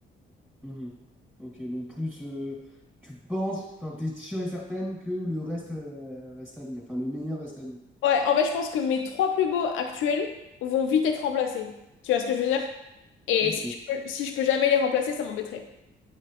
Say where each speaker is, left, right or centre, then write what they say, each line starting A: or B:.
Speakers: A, in the centre; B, on the left.
A: mhm. Ok, donc plus euh, tu penses, enfin, t'es sûr et certaine que le reste euh, reste à venir. Enfin, le meilleur reste à venir.
B: Ouais, en fait, je pense que mes trois plus beaux actuels vont vite être remplacés. Tu vois ce que je veux dire? Et
A: Ok.
B: si je peux, si je peux jamais les remplacer, ça m'embêterait.